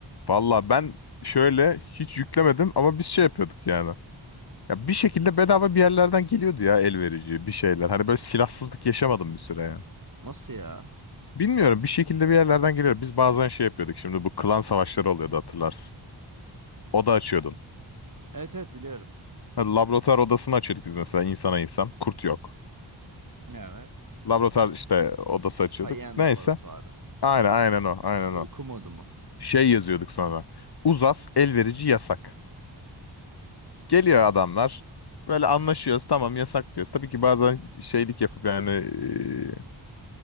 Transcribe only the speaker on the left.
valla ben şöyle hiç yüklemedim ama biz şey yapıyorduk yani. Ya bir şekilde bedava bir yerlerden geliyordu ya el verici bir şeyler. Hani böyle silahsızlık yaşamadım bir süre ya.
Bilmiyorum bir şekilde bir yerlerden geliyor. Biz bazen şey yapıyorduk şimdi bu klan savaşları oluyordu hatırlarsın. Oda açıyordun.
Ha, Laboratuvar odasını açıyorduk biz mesela insana insan. Kurt yok.
Laboratuvar işte odası açıyorduk.
Neyse.
Aynen aynen o aynen
o.
Şey yazıyorduk sonra. Uzas elverici yasak. Geliyor adamlar. Böyle anlaşıyoruz tamam yasak diyoruz. Tabii ki bazen şeylik yapıp yani eee,